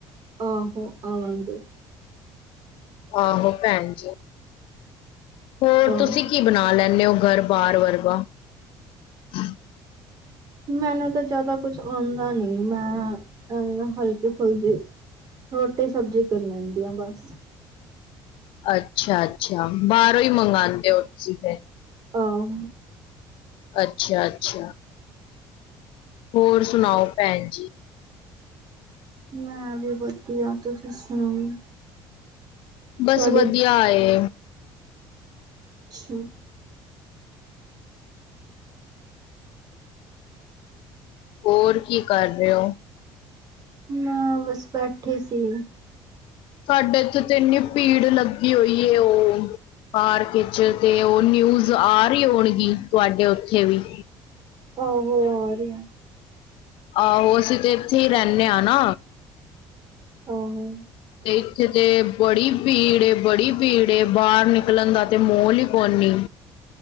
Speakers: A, on the right (about 45°); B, on the left (about 70°).
A: ਆਹੋ ਆਵਾਗੇ।
B: ਆਹੋ ਭੈਣ ਜੀ ਹੋਰ
A: ਆਹੋ
B: ਤੁਸੀਂ। ਕੀ ਬਣਾ ਲੈਨੇ ਉ ਘਰ ਬਾਹਰ ਵਰਗਾ। <inaudible>
A: ਮੈਨੂੰ ਤਾਂ ਜ਼ਿਆਦਾ ਕੁਛ ਆਉਂਦਾ ਨੀ ਮੈਂ ਅਹ ਹਲਕੀ ਫੁਲਕੀ। ਰੋਟੀ ਸਬਜ਼ੀ ਕਰ ਲੈਂਦੀ ਆ ਬਸ।
B: ਅੱਛਾ-ਅੱਛਾ ਬਾਹਰੋਂ ਹੀ ਮੰਗਵਾਉਂਦੇ ਹੋ ਤੁਸੀਂ ਫਿਰ।
A: ਹਾਂ।
B: ਅੱਛਾ-ਅੱਛਾ। ਹੋਰ ਸੁਣਾਓ ਭੈਣ ਜੀ।
A: ਮੈਂ ਵੀ ਵਧੀਆ ਤੁਸੀਂ ਸੁਣਾਓ।
B: ਬਸ
A: ਤੁਹਾਡੇ
B: ਵਧੀਆ ਏ।
A: ਅੱਛਾ।
B: ਹੋਰ ਕੀ ਕਰ ਰਹੇ ਹੋ।
A: ਮੈਂ ਬਸ ਬੈਠੇ ਸੀ।
B: ਸਾਡੇ ਇੱਥੇ ਤੇ ਇੰਨੀ ਭੀੜ ਲੱਗੀ ਹੋਈ ਏ ਉਹ ਪਾਰਕ। ਚ ਤੇ ਉਹ ਨਿਊਜ਼ ਆ ਰਹੀ ਹੋਣਗੀ ਤੁਹਾਡੇ ਉੱਥੇ ਵੀ।
A: ਆਹੋ ਉਹ ਆ ਰਹੀ ਆ।
B: ਆਹੋ ਅਸੀਂ ਤੇ ਇੱਥੇ ਹੀ ਰਹਿੰਦੇ ਹਾਂ ਨਾ
A: ਆਹੋ
B: ਤੇ। ਤੇ ਬੜੀ ਭੀੜ ਏ ਬੜੀ ਭੀੜ ਏ ਬਾਹਰ ਨਿਕਲਣ ਦਾ ਤੇ ਮੋਹਲ ਹੀ ਕੋਈ ਨੀ।